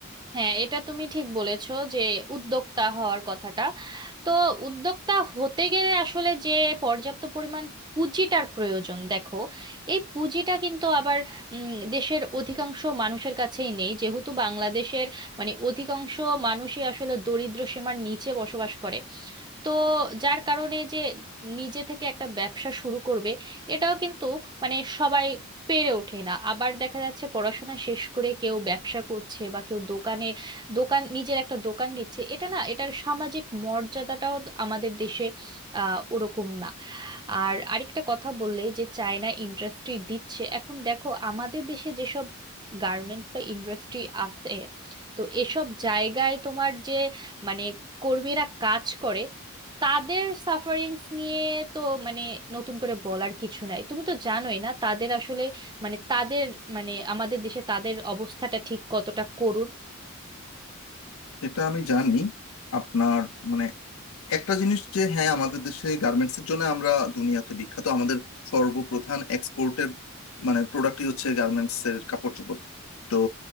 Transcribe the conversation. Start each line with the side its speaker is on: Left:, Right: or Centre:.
Right: হ্যাঁ এটা তুমি ঠিক বলেছো যে উদ্যোক্তা হওয়ার কথাটা তো উদ্যোক্তা হতে গেলে আসলে যে পর্যাপ্ত পরিমাণ পুঁজিটার প্রয়োজন দেখো এই পুঁজিটা কিন্তু আবার উম, দেশের অধিকাংশ মানুষের কাছেই নেই যেহেতু বাংলাদেশের মানে অধিকাংশ মানুষই আসলে দরিদ্র সীমার নিচে বসবাস করে তো যার কারণে যে নিজে থেকে একটা ব্যবসা শুরু করবে এটাও কিন্তু মানে সবাই পেরে ওঠে না আবার দেখা যাচ্ছে পড়াশোনা শেষ করে কেউ ব্যবসা করছে বা কেউ দোকানে দোকান নিজের একটা দোকান দিচ্ছে এটা না এটার সামাজিক মর্যাদাটাও আমাদের দেশে আহ ওরকম না আর আরেকটা কথা বললে যে চায়না ইন্ডাস্ট্রি দিচ্ছে এখন দেখো আমাদের দেশে যেসব গার্মেন্টস বা ইন্ডাস্ট্রি আছে তো এসব জায়গায় তোমার যে মানে কর্মীরা কাজ করে তাদের সাফারিংস নিয়ে তো মানে নতুন করে বলার কিছু নাই তুমি তো জানোই না তাদের আসলে মানে তাদের মানে আমাদের দেশে তাদের অবস্থাটা ঠিক কতটা করুণ
Left: এটা আমি জানি আপনার মানে একটা জিনিস যে হ্যাঁ আমাদের দেশে গার্মেন্টস এর জন্য আমরা দুনিয়াতে বিখ্যাত আমাদের সর্বপ্রধান এক্সপোর্টের মানে প্রোডাক্টই হচ্ছে গার্মেন্টস এর কাপড় চোপড় তো